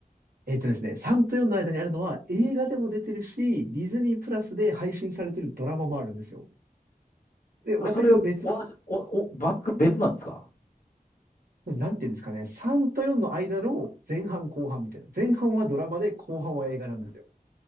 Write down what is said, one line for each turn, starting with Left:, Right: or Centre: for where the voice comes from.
Right: えっとですね、3と4の間にあるのは映画でも出てるし、ディズニープラスで配信されてるドラマもあるんですよ。で、全く別の、
Left: それを同じ、お、お、バック別なんですか
Right: なんていうんですかね、3と4の間の前半後半みたいな。前半はドラマで後半は映画なんですよ。